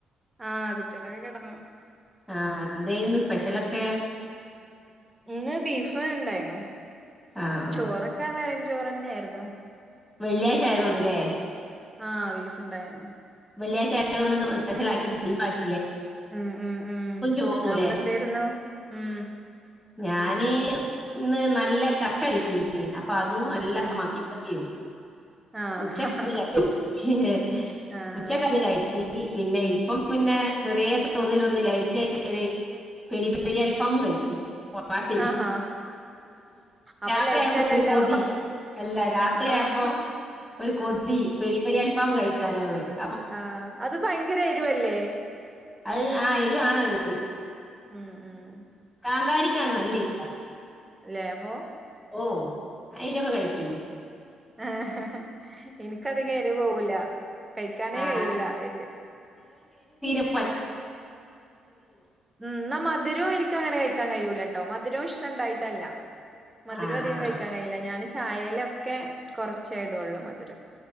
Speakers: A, on the right; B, in the centre.
A: ആ കുട്ടിളൊക്കെ കെടന്നു
B: ആ എന്തേയിരുന്നു സ്പെഷ്യലൊക്കെ
A: ഇന്ന് ബീഫ് ഇണ്ടായിന്ന്
B: ആഹ് ആഹ്
A: ചോറൊക്ക ചോറെന്നായിരുന്നു
B: വെള്ളിയാഴ്ച ആയതൊണ്ട്ല്ലേ
A: ആ <unintelligible> ഉണ്ടായിരുന്നു
B: വെള്ളിയാഴ്ച ആയോണ്ടിന്ന് സ്പെഷൽ ആക്കി ബീഫാക്കി
A: മ് മ് മ്
B: ചോറൂല്ലേ
A: അവിടെ എന്തായിരുന്നു മ്
B: ഞാന് ഇന്ന് നല്ല ചക്ക കിട്ടീന്ന അ അതും അല്ലാ
A: ആഹ്
B: മത്തിക്ക <unintelligible>
A: ആഹ്
B: ഉച്ച <unintelligible> ഹേ
A: ആഹ്
B: ഉച്ചക്കെന്താ കയച്ച <unintelligible> പിന്നെ ഇപ്പം പിന്നെ ചെറിയ തോതിലൊന്ന് ലൈറ്റ് ആയിട്ട് ഒരു പെരി പെരി അൽഫാം കഴിച്ച് പാട്ടി
A: ആഹ് ആഹാ അപ്പൊ
B: രാത്രി
A: ലൈറ്റ്
B: ആയപ്പോ
A: അല്ലല്ലോ
B: ഒരു കൊതി അല്ല രാത്രിയപ്പോ
A: ആഹ്
B: ഒരു കൊതി പെരി പെരി അൽ ഫാം കഴി <unintelligible>
A: ആ അത് ഭയങ്കര എരുവല്ലേ
B: അത് ആ എരു ആണത്
A: ഉം ഉം
B: കാന്താരിക്കാണ് നല്ല എരി
A: ലേബോ
B: ഓ അയിരൊക്കെ കഴിക്കോ
A: ആ ആ എനിക്കത് കയറി പോവൂല കഴിക്കാനേ
B: ആ
A: കഴിയൂല ഇത്
B: പറ്റു
A: മ് ന്ന മധു മധുരവും എനിക്ക് അങ്ങനെ കഴിക്കാൻ കഴൂലെട്ടോ മധുരവും ഇഷ്ടണ്ടായിട്ടല്ല മധുരം
B: ആ
A: അധികം
B: ആ
A: കഴിക്കാൻ കഴിയില്ല ഞാന് ചായ അതിലൊക്കെ കുറച്ചായിടുള്ളൂ മധുരം